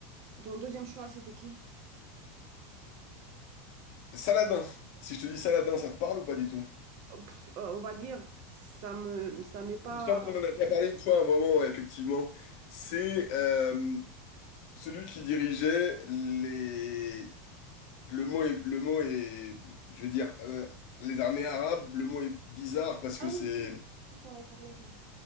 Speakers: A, on the right; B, on the left.
A: ton deuxième choix, c'était qui?
B: Saladin. Si je te dis Saladin, ça te parle ou pas du tout?
A: Euh, pff, euh, on va dire, ça me, ça m'est pas.
B: Il me semble qu'on en a déjà parlé une fois à un moment, ouais, effectivement. C'est euh, celui qui dirigeait les... Le mot est, le mot est, je vais dire, euh, les armées arabes, le mot est bizarre parce que
A: Ah
B: c'est
A: oui, si, Si, tu m'avais parlé, oui.